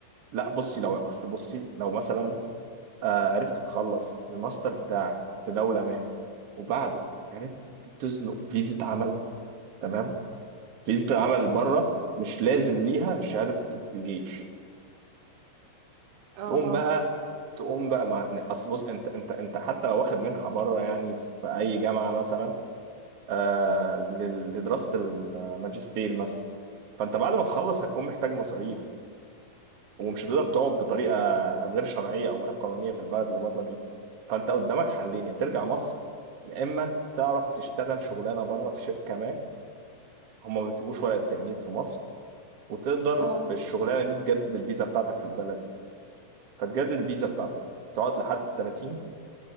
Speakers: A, on the right; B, on the right.
A: لا بصي لو اصل بصي لو مثلا آه، عرفت تخلص الماستر بتاعك في دوله ما وبعده عرفت تزنق فيزا عمل تمام فيزا العمل
B: مهم.
A: بره مش لازم ليها شهاده الجيش
B: اه
A: تقوم بقى تقوم بقى مع اصل بص انت انت انت حتى لو واخد منحه بره يعني في اي جامعه مثلا آه لل- لدراسه الماجستير مثلا فانت بعد ما تخلص هتكون محتاج مصاريف ومش هتقدر تقعد بطريقه غير شرعيه او غير قانونيه في البلد اللي بره دي فانت قدامك حلين يا ترجع مصر يا اما تعرف تشتغل شغلانه بره في شركه ما هم ما بيطلبوش ورقه تجنيد في مصر وتقدر
B: اه
A: بالشغلانه دي تجدد الفيزا بتاعتك في البلد فتجدد الفيزا بتاعتك تقعد لحد ال 30